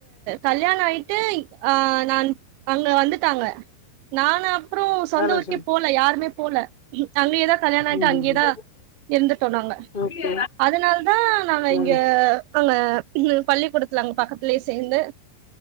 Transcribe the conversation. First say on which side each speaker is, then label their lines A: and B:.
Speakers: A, on the right; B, on the left.
A: கல்யாணோ ஆயிட்டு ஆ நான் அங்க வந்துட்டாங்க. நான் அப்புறோ சொந்த
B: வேல
A: ஊருக்கே
B: விஷயம்
A: போல யாருமே போல அங்கேயேதான் கல்யாணம் ஆயிட்டு
B: ம்
A: அங்கயேதான்
B: ம் ம்
A: இருந்துட்டோன்னாங்க.
B: ஓகே
A: அதனால தா நாங்க
B: ம் ம்
A: இங்க அங்க ன்னு பள்ளி குடுத்துலாங்க பக்கத்தலயே சேந்து